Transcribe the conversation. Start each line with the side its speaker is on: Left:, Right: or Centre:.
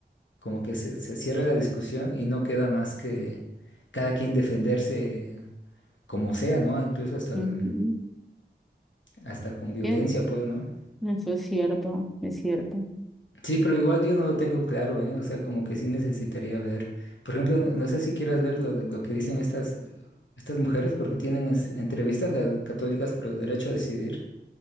Left: como que se, se cierra la discusión y no queda más que cada quien defenderse como sea, ¿no? Incluso hasta,
Centre: Ujú.
Left: la- hasta con violencia,
Centre: Bien,
Left: pues, ¿no?
Centre: Eso es cierto, es cierto.
Left: Sí, pero igual yo no lo tengo claro, ¿eh? O sea, como que sí necesitaría ver. Por ejemplo, no no sé si quieras ver lo, de- lo que dicen estas, estas mujeres, porque tienen es- entrevistas las católicas por el derecho a decidir.